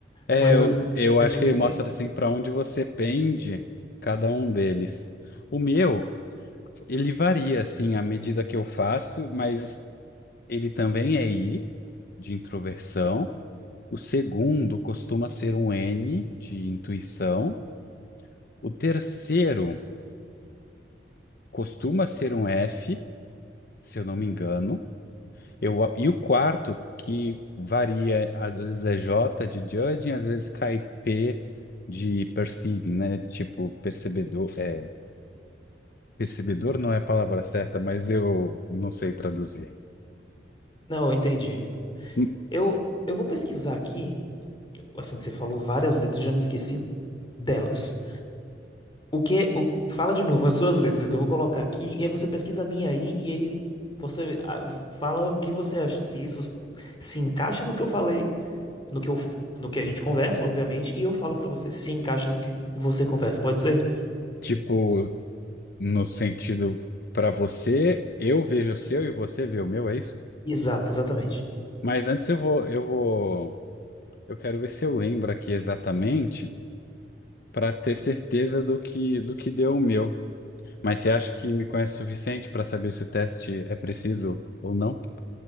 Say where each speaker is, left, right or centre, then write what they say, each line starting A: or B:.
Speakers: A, on the left (about 55°); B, on the left (about 25°).
A: É,
B: mas
A: eu,
B: eu s-
A: eu
B: percebi
A: acho que ele
B: que
A: mostra
B: é isso.
A: assim para onde você pende cada um deles. O meu Ele varia, assim, à medida que eu faço, mas ele também é I, de introversão. O segundo costuma ser um N, de intuição. O terceiro costuma ser um F, se eu não me engano. Eu, e o quarto, que varia, às vezes é J, de judging, às vezes cai P, de perceiving, né? Tipo, percebedor, é... Percebedor não é a palavra certa, mas eu não sei traduzir.
B: Não, eu entendi.
A: Hum,
B: Eu, eu vou pesquisar aqui, assim que você falou várias letras, já me esqueci delas. O que. o- fala de novo as suas letras que eu vou colocar aqui, e aí você pesquisa a minha aí, e aí você ah, fala o que você acha, se isso se encaixa no que eu falei, no que eu, no que a gente conversa, obviamente, e eu falo pra você se encaixa no que você conversa, pode ser?
A: Tipo, No sentido para você, eu vejo o seu e você vê o meu, é isso?
B: Exato, exatamente.
A: Mas antes eu vou, eu vou, eu quero ver se eu lembro aqui exatamente para ter certeza do que do que deu o meu. Mas você acha que me conhece o suficiente para saber se o teste é preciso ou não?